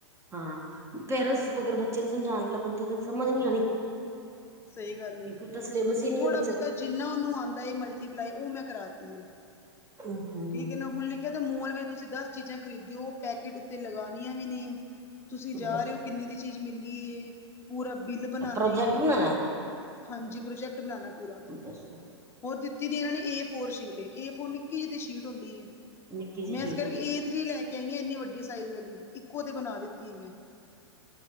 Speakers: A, on the right (about 20°); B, on the left (about 15°).
A: ਹਾਂ ਪੈਰੈਂਟਸ ਅਗਰ ਬੱਚੇ ਨੂੰ ਸਮਝਾਣ ਵੀ ਲੱਗਣ ਤੇ ਓਹਦੇ ਇਚ ਸਮਜ ਨੀ ਆਣੀ।
B: ਸਹੀ ਗੱਲ
A: ਕਿਉਂਕਿ
B: ਏ,
A: ਉਹਦਾ ਸਿਲੇਬਸ
B: ਹੁਨ
A: ਹੀ ਨੀ
B: ਥੋੜਾ
A: ਹੈ ਬੱਚੇ
B: ਬੌਤਾ
A: ਦਾ
B: ਜਿੰਨਾ ਓਨੂੰ ਆਂਦਾ ਏ ਮਲਟੀਪਲਾਈ ਓਹ ਮੈਂ ਕਰਾਤੀ ਏ
A: ਹੂੰ-ਹੂੰ
B: ਠੀਕ ਏ ਨਾ ਹੁਨ ਲਿ ਕਿ ਅਦਰ ਮੋਲ ਵਿਚ ਤੁਸੀਂ ਦਸ ਚੀਜ਼ਾਂ ਖਰੀਦਦੇ ੳ ਪੈਕੇਟ ਉੱਤੇ ਲਗਾਨੀਆਂ ਵੀ ਨੇ। ਤੁਸੀਂ ਜਾ
A: ਦੱਸੋ
B: ਰੇ ਔ ਕਿੰਨੇ ਦੀ ਚੀਜ਼ ਮਿਲੀ ਏ ਪੂਰਾ ਬਿੱਲ ਬਨਾਨਾ
A: ਇਹ ਪ੍ਰੋਜੈਕਟ
B: ਏ।
A: ਬਣਾਣਾ
B: ਹਾਂਜੀ ਪ੍ਰੋਜੈਕਟ ਬਨਾਨਾ ਪੂਰਾ।
A: ਦੱਸੋ
B: ਹੋਰ ਦਿੱਤੀ ਤੇ ਏਨਾਂ ਨੇ ਏ ਫੋਰ ਸ਼ੀਟ ਏ। ਏ ਫੋਰ ਨਿੱਕੀ ਜੀ ਤੇ ਸ਼ੀਟ ਹੋਂਦੀ ਏ।
A: ਨਿੱਕੀ ਜਿਹੀ
B: ਮੈਂ
A: ਚੀਜ਼
B: ਐਸ ਕਰਕੇ
A: ਹੁੰਦੀ
B: ਏ ਥਰੀ ਲੈ ਕੇ ਆਈ ਆ ਏਨੇ ਵੱਡੀ ਸਾਈਜ਼ ਅਲੀ ਇੱਕੋ ਤੇ ਬਨਾ ਦਿੱਤੀ ਏ ਮੈਂ।